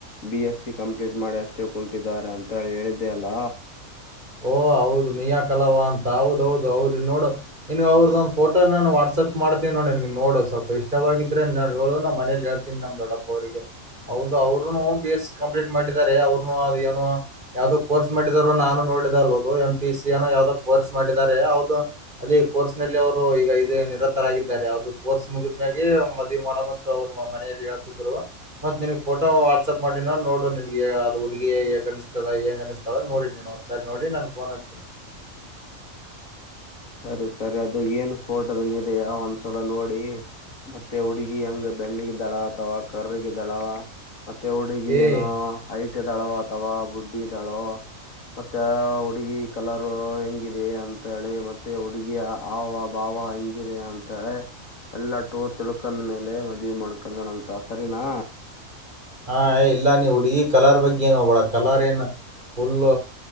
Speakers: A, on the left; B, on the right.
A: ಬಿ ಎಸ್ಸ ಕಂಪ್ಲೀಟ್ ಮಾಡಿ ಅಷ್ಟೇ ಕುಂಟಿದ್ದಾರೆ ಅಂತ ಹೇಳಿ ಹೇಳಿದ್ದೇ ಅಲ್ಲ
B: ಓ ಹೌದು ಮಿಯಾ ಕಲಾವ ಅಂತ ಹೌದೌದು ಅವ್ರಿಗೆ ನೋಡು ನಿನ್ ಅವ್ರದೊಂದ್ ಫೋಟೋ ನಾನು ವಾಟ್ಸಪ್ ಮಾಡ್ತೀನಿ ನೋಡ ನೋಡು ಸ್ವಲ್ಪ ಇಷ್ಟವಾಗಿದ್ರೆ ಹೇಳುದು ನ ಮನೇಲಿ ಹೇಳ್ತೀ ನಮ್ ದೊಡ್ಡಪ್ಪ ಅವ್ರರಿಗೆ ಹೌದು ಅವರುನು ಬಿ ಎಸ್ ಸಿ ಕಂಪ್ಲೀಟ್ ಮಾಡಿದ್ದಾರೆ ಅವ್ರುನು ಅದ ಏನೋ ಯಾವವುದೋ ಕೋರ್ಸ್ ಮಾಡಿದಾರೋ ನಾನು ನೋಡಿ ಎಂ ಪಿ ಸಿ ಅನ್ನ ಯಾವ್ದೋ ಕೋರ್ಸ್ ಮಾಡಿದ್ದಾರೆ ಅವದು ಅಲ್ಲಿ ಕೋರ್ಸ್ ನಲ್ಲಿ ಅವರು ಈಗ ಇ ನಿರತರಾಗಿದ್ದಾರೆ ಅವ್ದ ಕೋರ್ಸ್ ಮುಗಿದಾಗಿ ಮದುವವಿ ಮಾಡವಂತ ಅವರು ಮನೆಯಲ್ಲಿ ಹೇಳ್ತಿದ್ರು ಮತ್ತ ನಿನ್ಗ್ ಫೋಟೋ ವಾಟ್ಸ್ಪ್ ಮಾಡಿ ನೋಡು ನಿನ್ಗೆ ಅದು ಹುಡುಗಿಗ್ ಅನಿಸ್ತದ ಹೆಂಗ ಅನಿಸ್ತಳ ನೋಡಿ ನೀನು. ಸರಿ ನೋಡಿ ನನ್ ಫೋನ್ ಹಚ್ಚು.
A: ಸರಿ ಸರಿ ಅದು ಏನ್ ಫೋಟೋದಲ್ಲಿ ಇದೆಯ ಒಂದ್ಸಲ ನೋಡಿ ಮತ್ತೆ ಹುಡುಗಿ ಹೆಂಗ ಬೆಳ್ಳಿಗೆ ದಳ ಅಥವಾ ಕರ್ರಗ ಇದಳಾವ ಮತ್ತೆ ಹುಡುಗಿ
B: ಏ
A: ಏನು ಐಟ ದಳ ವಾ ಬುಡ್ಡಿದಾಳು ಮತ್ತೆ ಹುಡುಗಿ ಕಲರ್ ಹೆಂಗಿದೆ ಅಂತೇಳಿ ಮತ್ತೆ ಹುಡುಗಿ ಆವ ಭಾವ ಹೆಂಗಿದೆ ಅಂತಳೆ ಎಲ್ಲಟ್ಟು ತಿಳ್ಕಂದ ಮೇಲೆ ಮದವಿ ಮಾಡ್ಕಿದನ ಅಂತ ಸರಿನಾ
B: ಹ ಇಲ್ಲ ನೀ ಹುಡುಗಿ ಕಲರ್ ಬಗ್ಗೆ ಏನ್ ಹೋಗ್ಬಳ ಕಲರ್ ಏನು ಫುಲ್